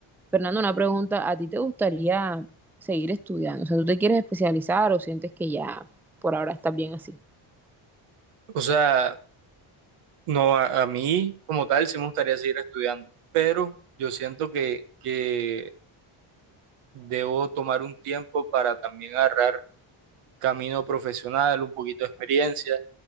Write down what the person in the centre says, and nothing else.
Fernando, una pregunta, ¿a ti te gustaría seguir estudiando? O sea, ¿tú te quieres especializar o sientes que ya por ahora estás bien así?